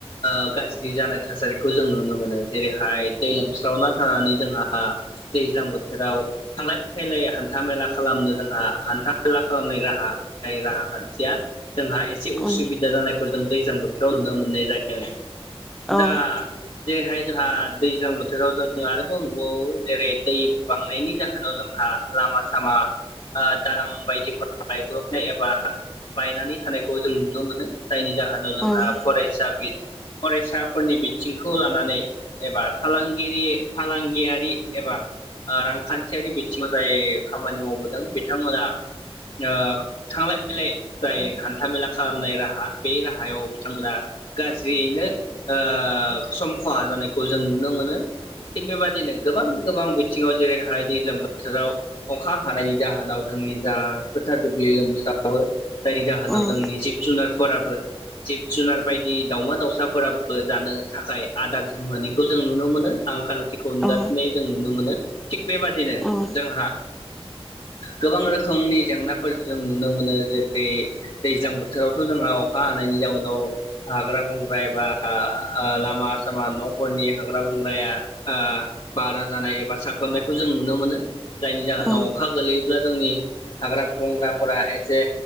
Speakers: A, on the left; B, in the centre.
A: ओ गाज्रि जानाय थासारिखौ जों नुनो मोनो। जेरै हाय दै लोमस्रावना थानानै जोंहा हा दैज्लां बोथोराव थांलाय फैलाय हान्था मेला खालामनो जोंहा हान्था मेला खालामनाय राहा जाय राहा खान्थिया जोंहा एसे उसुबिदा
B: उम
A: जानाय खौ जों दैज्लां बोथोराव नुनो मोननाय जायो। दा
B: औ
A: जेरैहाय जोंहा दैज्लां बोथोराव जों आरोबाव नुबावो जेरै दै बांनायनि जा होनाव जोंहा लामा सामा आ दालां बायदिफोरा गायग्र'बनाय एबा बायनानै थानायखौ जों नुनो मोनो। जायनि जाहोनाव
B: उम
A: जोंहा
B: उम
A: फरायसा बि फरायसाफोरनि बिथिंखौ लानानै एबा फालांगिरि फालांगियारि एबा रांखान्थि थियारि बिथिङाव जाय खामानि मावबोदों बिथांमोना ओ थांलाय आ फैलाय जाय हान्थामेला खालामनाय राहा बे राहायाव बिथांमोना गाज्रियैनो आ सम खहा जानायखौ जों नुनो मोनो। थिग बेबादिनो गोबां गोबां बि थिङाव जेरैहाय दैज्लां बोथोराव अखा हानायनि जाहोनाव जोंनि जा फोथार दुब्लि लोमसावो जायनि जाहोनाव
B: उम
A: जोंनि जिब जुनार फोराबो जिब जुनार बायदि दावमा दाउसाफोराबो जानो थाखाय आदार मोनैखौ जों नुनो मोनो आंखाल खौ नुजाथिनाय
B: औ
A: जों नुनो मोनो थिग बेबादिनो
B: उम
A: जोंहा गोबां रोखोमनि जेंनाफोर जों नुनो मोनो जेरै दैज्लां बोथोरावथ जोंहा अखा हानायनि जाउनाव हाग्रा बंग्रा एबा लामा सामा नफोरनि हाग्रा बंग्राया आ बारा जानाय एबा साग्लोबनाय खौ जों नुनो मोनो जायनि जाहोनाव
B: उम
A: अखा गोलैयोब्ला जोंनि हाग्रा बंग्राफोरा एसे